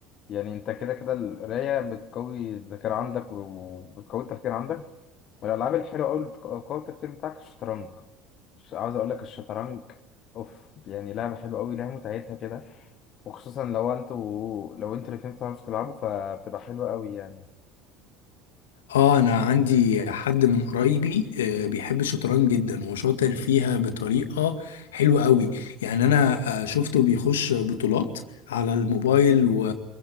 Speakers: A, on the left; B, on the left.
A: يعني انت كده كده القراية بتقوي الذاكرة عندك و- وبتقوي التفكير عندك والالعاب الحلوة قوي اللي بتقوي التفكير بتاعك الشطرنج مش عاوز اقول لك الشطرنج اوف يعني لعبة حلوة قوي لها متعتها كده وخصوصا لو انتوا لو انتوا الاتنين بتعرفوا تلعبوا فبتبقى حلوة قوي يعني
B: اه انا عندي حد من قرايبي آه، بيحب الشطرنج جدا وشاطر فيها بطريقة حلوة قوي يعني انا آه، شفته بيخش بطولات على الموبايل و...